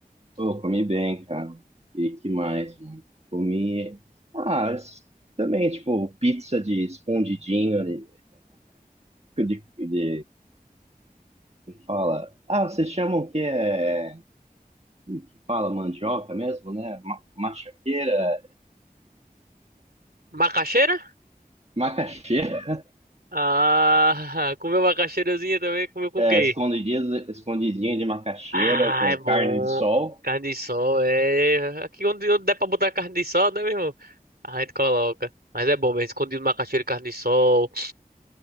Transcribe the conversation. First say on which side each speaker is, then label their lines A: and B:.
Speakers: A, on the right; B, on the right.
A: Pô, comi bem, cara. E que mais, mano? Comi. Ah, s- também, tipo, pizza de escondidinho ali. De, de, como fala. Ah, vocês chamam que é. como Que fala mandioca mesmo, né? Ma- Machaqueira.
B: Macaxeira?
A: Macaxeira.
B: Ah, <laughs> comeu macaxeirazinha também, comeu com
A: É,
B: o quê?
A: escondidinho, escondidinho de macaxeira
B: Ah,
A: com
B: é bom.
A: carne de sol.
B: Carne de sol, é. Aqui onde, onde der pra botar carne de sol, né, meu irmão? A gente coloca. Mas é bom mesmo, escondido macaxeira e carne de sol.